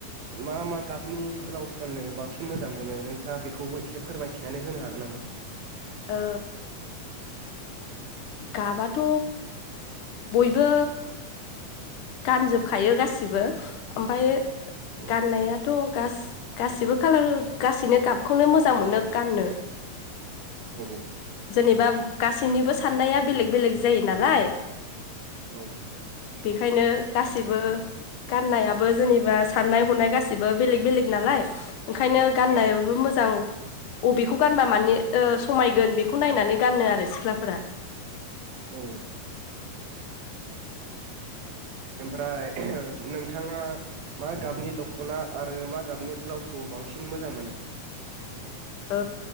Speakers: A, on the right (about 80°); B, on the left (about 70°).
A: मा मा गाबनि ब्लाउस गाननो बांसिन मोजां मोनो नोंथाङा बेखौबो एसे फोरमायथिनानै होनो हागोन नामा?
B: ओ गाबाथ' बयबो गानजोबखायो गासिबो ओमफाय
A: औ
B: गाननायाथ' गासि-गासिबो खाालार गासैनो गाबखौनो मोजां मोनो गाननो
A: औ
B: जेनेबा गासैनिबो सा साननाया बेलेग-बेलेग जायो नालाय
A: औ
B: बेखायनो गासैबो गाननायाबो जेनेबा साननाय हनाय गाैबो बेलेग-बेलेग नालाय ओंखायनो गाननायबो
A: औ
B: मोजां अबेखौ गानबा माने ओ समायगोन बेखौ नायनानै गानो आरो सिख्लाफोरा
A: औ <unintelligible> ओमफ्राय नोंथाङा मा गाबनि दख'ना आरो मा गाबनि ब्लाउसखौ बांसिन मोजां मोनो?
B: ओ